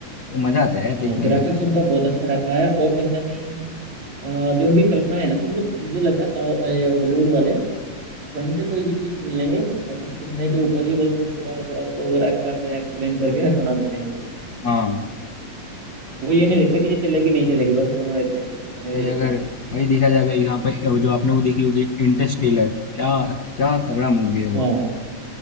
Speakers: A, on the left; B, on the right.
A: वो मजा आता है यार
B: हाँ
A: देखने
B: ग्राफिक्स
A: में
B: उनका बहुत अच्छा रहता है और कहीं ना कहीं अ, जो उनकी कल्पना है ना मतलब मुझे लगता है साउ- ये हॉलीवुड वाले कहीं से कोई भी चीज सुन लेंगे और बस सुनने के ऊपर ही बस वो पूरा का पूरा उसको और एक्स्ट्रा से एक्सप्लेन करके बना देते हैं मूवी
A: हाँ
B: वो ये नहीं देखते कि ये चलेगी नहीं चलेगी बस वो बना देते हैं लेकिन मैंने
A: भाई
B: ये देखा
A: अगर
B: है
A: वही देखा जाए अगर यहाँ पर वो जो आपने वो देखी होगी इंटरस्टेलर क्या क्या तगड़ा मूवी है
B: हाँ
A: वो